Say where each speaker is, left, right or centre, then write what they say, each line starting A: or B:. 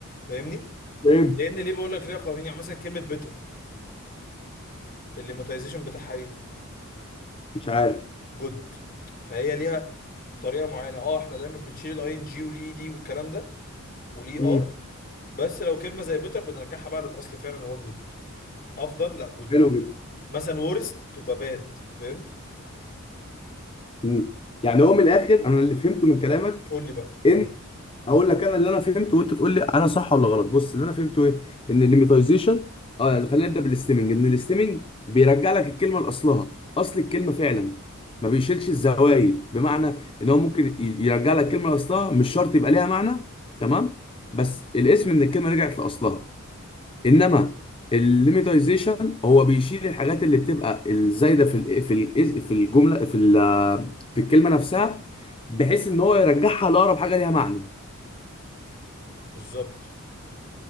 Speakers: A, on the left; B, on the left.
A: فاهمني
B: فهمت
A: لان ليه بقول لك ليها قوانين يعني مثلا كلمه بيتر الليماتيزيشن بتاعها ايه
B: مش عارف
A: جود فهي ليها طريقه معينه اه احنا دايما بنشيل الاي ان جي والاي دي والكلام ده والاي
B: امم
A: ار بس لو كلمه زي بيتر بنرجعها بقى للاصل فعلا اللي هو جود افضل لا جود
B: حلو جدا
A: مثلا ورست تبقى باد فهمت
B: امم يعني هو من الاخر انا اللي فهمته من كلامك
A: قول لي بقى اه
B: ان اقول لك انا اللي انا فهمته وانت تقول لي انا صح ولا غلط بص اللي انا فهمته ايه ان الليميتايزيشن اه يعني خلينا نبدا بالاستيمنج ان الاستيمنج بيرجع لك الكلمه لاصلها اصل الكلمه فعلا ما بيشيلش الزوايد بمعنى ان هو ممكن ي- يرجع لك الكلمه لاصلها مش شرط يبقى ليها معنى تمام بس الاسم ان الكلمه رجعت لاصلها انما الليميتايزيشن هو بيشيل الحاجات اللي بتبقى الزايده في ال في ال في الجمله في ال- في الكلمه نفسها بحيث ان هو يرجعها لاقرب حاجه ليها معنى
A: بالظبط